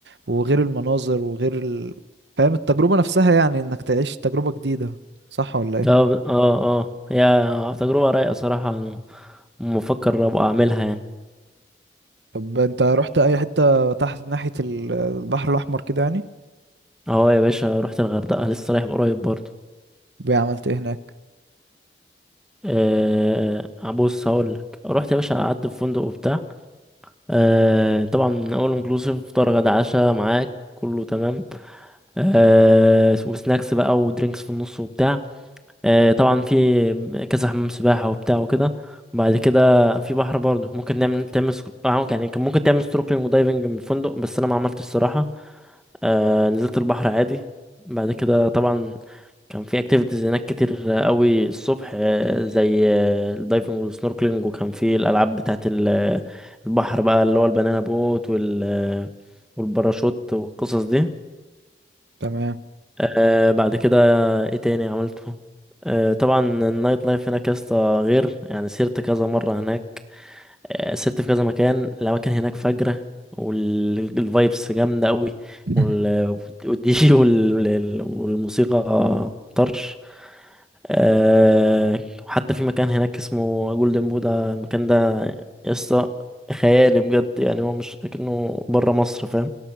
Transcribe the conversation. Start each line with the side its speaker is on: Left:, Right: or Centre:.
Right: وغير المناظر وغير ال... فاهم التجربة نفسها يعني انك تعيش تجربة جديدة صح ولا ايه
Centre: اه اه اه هي تجربة رايقة صراحة أنا مفكر ابقى اعملها يعني
Right: طب انت رحت اي حتة تحت ناحية ال- البحر الاحمر كده يعني
Centre: اهو يا باشا رحت الغردقة لسه رايح قريب برضه
Right: بقى عملت ايه هناك
Centre: أه بص هقول لك رحت يا باشا قعدت في فندق وبتاع أه طبعا اول انكلوسيف فطار غدا عشاء معاك كله تمام آه وسناكس بقى ودرينكس في النص وبتاع آه طبعا في كذا حمام سباحة وبتاع وكده وبعد كده في بحر برضه ممكن نعمل تعمل سك- آه، يعني كان ممكن تعمل سnorkeling ودايفنج من الفندق بس انا ما عملتش الصراحة آه نزلت البحر عادي بعد كده طبعا كان في اكتيفيتيز هناك كتير آه، قوي الصبح آه، زي آه، الدايفنج والسنوركلينج وكان في الالعاب بتاعه البحر بقى اللي هو البنانا بوت وال آه، والباراشوت والقصص دي
Right: تمام
Centre: آه بعد كده ايه تاني عملته آه طبعا النايت لايف هناك يا اسطى غير يعني سيرت كذا مرة هناك آه سيرت في كذا مكان الأماكن هناك فجرة والفايبس جامدة أوي
Right: <laughs>
Centre: وال- <laughs> والدي جي وال- والموسيقى طرش آه وحتى في مكان هناك اسمه جولدن بودا المكان ده يا اسطى خيالي بجد يعني هو مش كأنه بره مصر فاهم